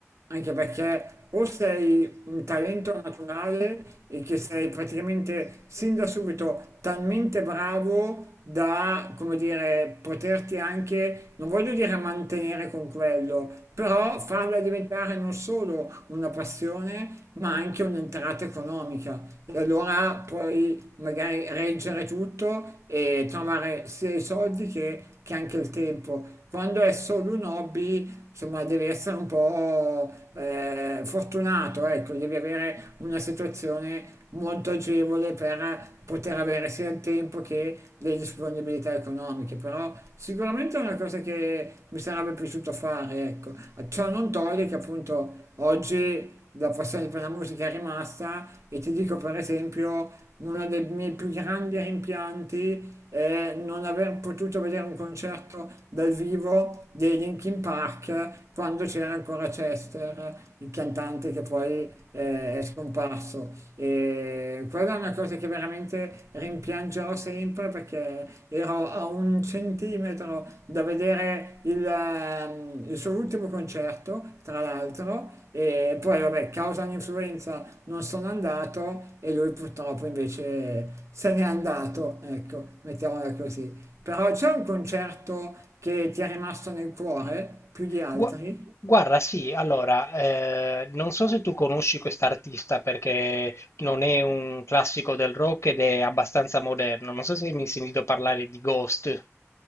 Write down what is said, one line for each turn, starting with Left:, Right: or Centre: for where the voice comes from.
Right: anche perché o sei un talento naturale e che sei praticamente sin da subito talmente bravo da, come dire, poterti anche, non voglio dire mantenere con quello, però farla diventare non solo una passione, ma anche un'entrata economica. E allora puoi magari reggere tutto e trovare sia i soldi che che anche il tempo. Quando è solo un hobby insomma, devi essere un po' eh, fortunato, ecco, devi avere una situazione molto agevole per poter avere sia il tempo che le disponibilità economiche, però sicuramente è una cosa che mi sarebbe piaciuto fare, ecco. Ciò non toglie che appunto oggi la passione per la musica è rimasta e ti dico per esempio uno dei miei più grandi rimpianti è non aver potuto vedere un concerto dal vivo dei Linkin Park quando c'era ancora Chester, il cantante che poi eh, è scomparso. E quella è una cosa che veramente rimpiangerò sempre perché ero a un centimetro da vedere il, ehm, il suo ultimo concerto, tra l'altro, e poi vabbè, causa un'influenza non sono andato e lui purtroppo invece se n'è andato, ecco, mettiamola così. Però c'è un concerto che ti è rimasto nel cuore più di altri?
Left: Gua- Guarda, sì, allora, eh, non so se tu conosci quest'artista perché non è un classico del rock ed è abbastanza moderno. Non so se mi hai sentito parlare di Ghost.